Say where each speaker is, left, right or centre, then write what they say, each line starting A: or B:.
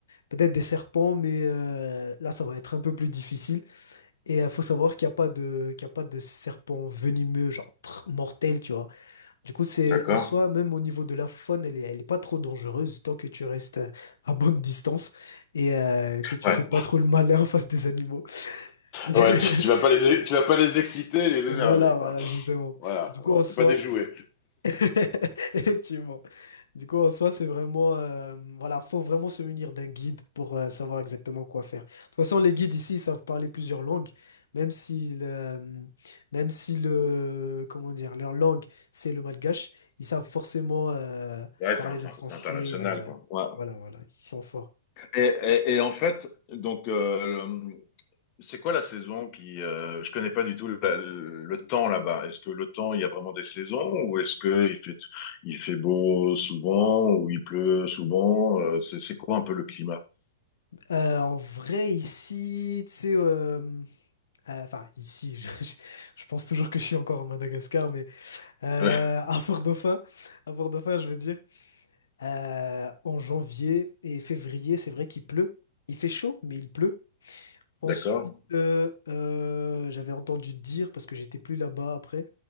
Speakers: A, on the left; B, on the left.
A: peut-être des serpents, mais euh, là, ça va être un peu plus difficile. Et il faut savoir qu'il n'y a pas de, qu'il y a pas de serpents venimeux, genre tr- mortels, tu vois. Du coup, c'est
B: D'accord.
A: en soi, même au niveau de la faune, elle est, elle est pas trop dangereuse tant que tu restes euh, à bonne distance et euh, que tu
B: Ouais.
A: fais pas trop le malin en face des animaux.
B: Ouais.
A: <laughs>
B: Tu, tu vas pas les, tu vas pas les exciter, les
A: Voilà,
B: énerver, quoi.
A: voilà, justement.
B: Voilà.
A: Du coup, en
B: C'est
A: soi,
B: pas des jouets.
A: <laughs> Effectivement. Du coup, en soi, c'est vraiment, euh, voilà, faut vraiment se munir d'un guide pour euh, savoir exactement quoi faire. De toute façon, les guides ici ils savent parler plusieurs langues, même si le, euh, même si le, comment dire, leur langue, c'est le malgache, ils savent forcément euh,
B: Ouais,
A: parler
B: c'est un-
A: le
B: c'est
A: français.
B: un- c'est international,
A: euh,
B: quoi. Ouais.
A: voilà, voilà, ils sont forts.
B: Et, et, et en fait, donc euh, C'est quoi la saison qui... euh, je connais pas du tout la- le le temps là-bas. Est-ce que le temps, il y a vraiment des saisons ou est-ce que il fait, il fait beau souvent ou il pleut souvent? Euh, c'est c'est quoi un peu le climat? <laughs>
A: Euh, en vrai, ici, tu sais, euh, euh, enfin, ici, <laughs> je, je- je pense toujours que je suis encore à Madagascar, mais euh,
B: Ouais,
A: à Port-Dauphin, à Port-Dauphin, je veux dire. Euh, en janvier et février, c'est vrai qu'il pleut. Il fait chaud, mais il pleut. Ensuite,
B: D'accord,
A: euh, euh, j'avais entendu dire, parce que j'étais plus là-bas après,